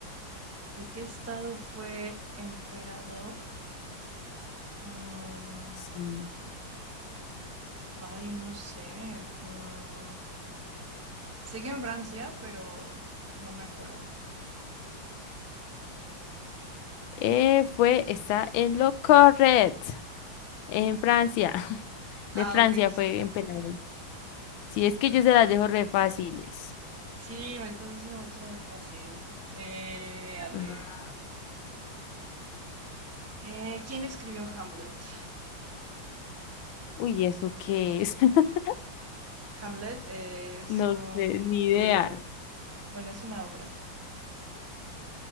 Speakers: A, on the right (about 20°); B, on the left (about 85°).
A: ¿de qué estado fue emperador? Mm,
B: Sí.
A: ay, no sé. Mm, sé que en Francia, pero no me acuerdo.
B: Eh, fue, está en lo correcto, en Francia. <laughs> De
A: Ah,
B: Francia
A: ok, súper,
B: fue emperador. Si
A: súper.
B: es que yo se las dejo re fáciles.
A: Sí, me estás haciendo muchas muy fácil. Eh, a ver.
B: Ah,
A: Eh, ¿quién escribió Hamlet?
B: Uy, ¿eso qué es? <laughs>
A: Hamlet es
B: No
A: un
B: sé, ni
A: libro.
B: idea.
A: Bueno, es una obra.